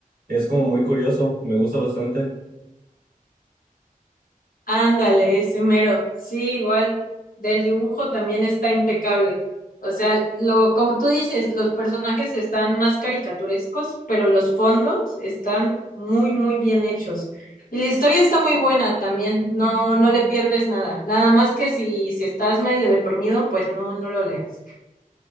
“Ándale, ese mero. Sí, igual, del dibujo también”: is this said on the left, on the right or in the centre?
Left